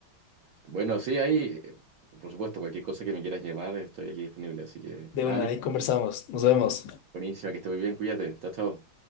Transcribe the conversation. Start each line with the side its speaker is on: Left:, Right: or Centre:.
Right: Bueno, sí, ahí, eh, por supuesto, cualquier cosa que me quieras llamar, estoy aquí disponible. Así que
Left: De
Right: nada,
Left: una,
Right: Nico,
Left: ahí conversamos. Nos vemos.
Right: buenísima, que esté muy bien, cuídate, chao, chao.